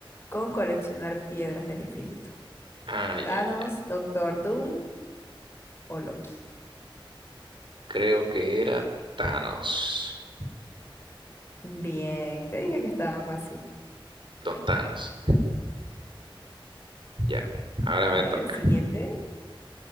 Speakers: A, on the left; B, on the right.
A: con coleccionar piedras del infinito?
B: Ay,
A: Thanos,
B: ay,
A: Doctor Doom o Loki.
B: creo que era Thanos,
A: Bien, te dije que estaba fácil.
B: Don Thanos. Ya, ahora
A: A
B: me
A: ver,
B: toca.
A: siguiente.